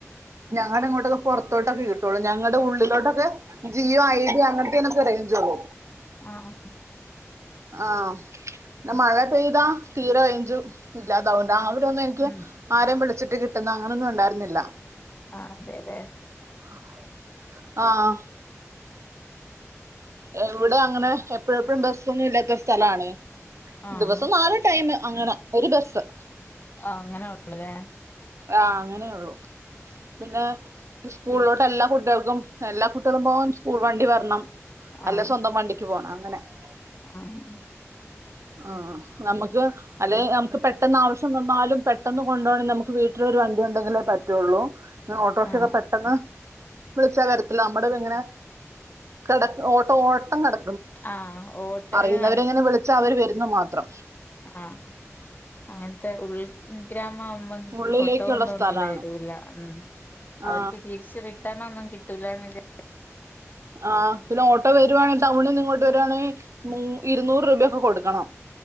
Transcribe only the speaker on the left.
ആഹ്
ഉം
ആ അതെ അതെ
ആഹ്
ആ അങ്ങനെയള്ളത്
ആഹ്
ആഹ്
ആഹ്
ആഹ് ഓട്ടോയും
ആഹ അങ്ങനത്തെ ഉള്ള അ അമ്മ
ഒട്ടുംന്തൊന്നും
വരൂല്ല ഉ
അവർക്ക് തിരിച്ചറി ഒന്നും കിട്ടൂല്ല എന്ന് വി